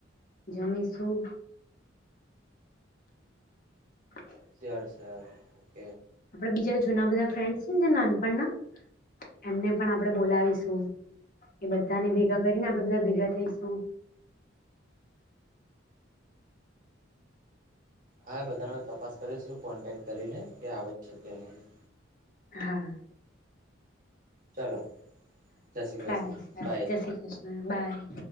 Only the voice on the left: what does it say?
જમીશું. હ <inaudible>
આપડા બીજા જૂના બધા ફ્રેન્ડસ છે ને જે નાનપણના. એમને પણ આપણેે બોલાવીશું, એ બધાને ભેગા કરીને આપ બધા ભેગા થઈશું.
હા.
સારું-સારું,
જય શ્રી કૃષ્ણ, બાય.